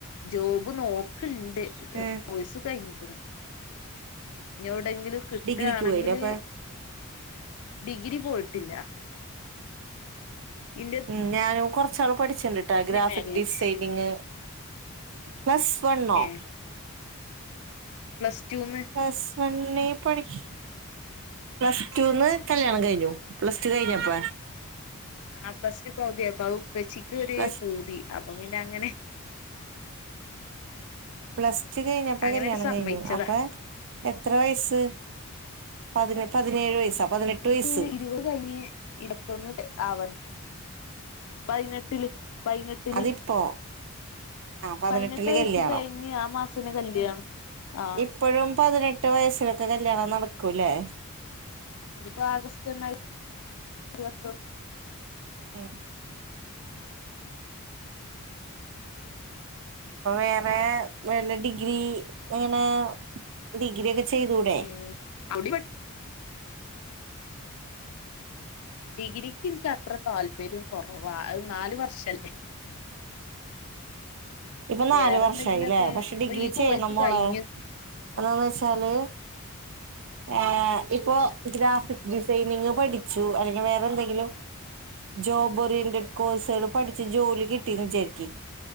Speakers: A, on the left; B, on the right.
A: ജോബ് നോക്ക്ണ്ട്
B: ഏഹ്
A: കൊയ്സ് കഴിഞ്ഞിക്ക്ണ് ഇഞ് എവിടെങ്കിലും കിട്ടാണെങ്കില്
B: ഡിഗ്രിക്ക് പോയില്ലേ അപ്പൊ
A: ഡിഗ്രി പോയിട്ടില്ല ഇന്റെ
B: ഉം ഞാനും കൊർച്ചാള് പഠിച്ചിണ്ടിട്ടാ ഗ്രാഫിക്
A: മാരേജ്
B: ഡിസൈനിങ് പ്ലസ് വണ്ണോ?
A: ഏഹ് പ്ലസ് റ്റൂ ന്ന്
B: പ്ലസ് വണ്ണി പഠിക്ക- പ്ലസ് റ്റൂ ന്ന് കല്യാണം കഴിഞ്ഞു പ്ലസ് റ്റു കഴിഞ്ഞപ്പ
A: ആ പ്ലസ് ടു പൗതിയായപ്പൊ അത് ഇപ്പച്ചിക്ക് ഒരു
B: പ്ലസ്
A: പൂതി അപ്പൊ പിന്നെ അങ്ങനെ
B: പ്ലസ് ടു കഴിഞ്ഞിപ്പ
A: അങ്ങനെട്ട്
B: കല്യാണം
A: സമ്മയിച്ചതാ
B: കഴിഞ്ഞു അപ്പാ എത്ര വയസ്സ് പതിനെട്ടു പതിനേഴ് വയസ്സാ? പതിനെട്ട്
A: ഇൻക്ക്
B: വയസ്സ്
A: ഇരുപത് കഴിഞ്ഞ് ഇരുപത്തൊന്ന് ആവാണ് പതിനെട്ടില് പതിനെട്ടില്
B: അതിപ്പോ ആ പതിനെട്ടില്
A: പതിനെട്ട് വയസ്
B: കല്യാണം
A: തെകഞ്ഞ് ആ മാസന്നെ കല്യാണം ആ
B: ഇപ്പഴും പതിനെട്ട് വയസ്സിലൊക്കെ കല്യാണം നടക്കൂല്ലേ?
A: ഇഞ്ഞിപ്പോ ആഗസ്റ്റ് ഒന്നായി ഇരുവത്തൊന്ന്
B: ഉം... അപ്പൊ വേറെ വല്ല ഡിഗ്രി ഇങ്ങനെ ഡിഗ്രി ഒക്കെ ചെയ്തൂടെ?
A: ഉം അവിടെ ഡിഗ്രിക്ക് എനിക്ക് അത്ര താല്പര്യം കുറവാ നാലു വർഷംല്ലേ.
B: ഇപ്പൊ നാല്
A: വേറെ
B: വർഷായില്ലേ
A: എന്തെങ്കിലുമൊക്കെ
B: പക്ഷെ
A: ഇപ്പൊ
B: ഡിഗ്രി
A: ഈ കോഴ്സ്
B: ചെരണം മോളോ
A: കഴിഞ്ഞ്
B: എന്താന്ന് വെച്ചാല്. എ
A: ആഹ്
B: ഇപ്പൊ ഗ്രാഫിക് ഡിസൈനിങ് പഠിച്ചു അല്ലെങ്കിൽ വേറെ എന്തെങ്കിലും. ജോബ് ഓറിയന്റഡ് കോഴ്സുകള് പഠിച്ച് ജോലി കിട്ടിയന്ന് വിചാരിക്ക്.